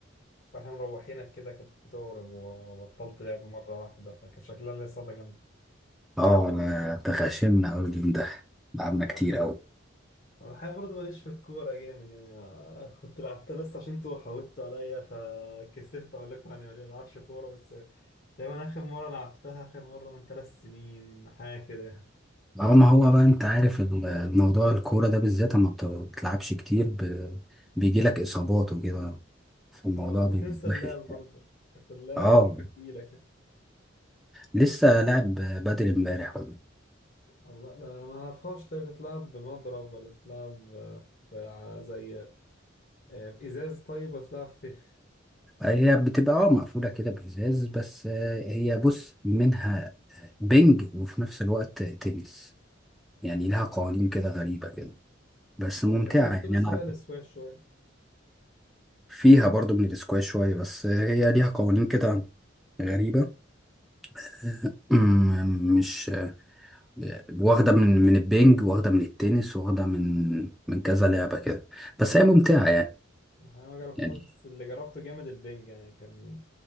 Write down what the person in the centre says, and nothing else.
اه أنا تخاشمنا أوي اليوم ده لعبنا كتير
أوي
اه ما هو بقى انت عارف ال- الموضوع الكورة ده بالذات اما بت- بتلعبش كتير ب... بيجيلك إصابات وكده فالموضوع
بيبقى
وحش
يعني.
اه
لسه لاعب بدري امبارح والله
هي بتبقى اه مقفولة كده بإزاز بس آه، هي بص منها بنج وفي نفس الوقت تنس يعني لها قوانين كده غريبة كده بس
ممتعة
يعني
أنا
فيها برضو من الاسكواش شوية بس آه، هي ليها قوانين كده غريبة <clears throat> مش آه، واخدة من من البنج واخدة من التنس واخدة من من كذا لعبة كده بس هي ممتعة يعني
يعني